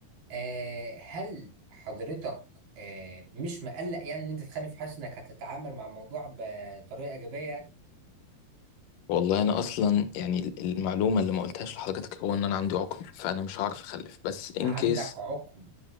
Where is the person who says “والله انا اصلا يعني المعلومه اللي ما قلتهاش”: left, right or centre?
Left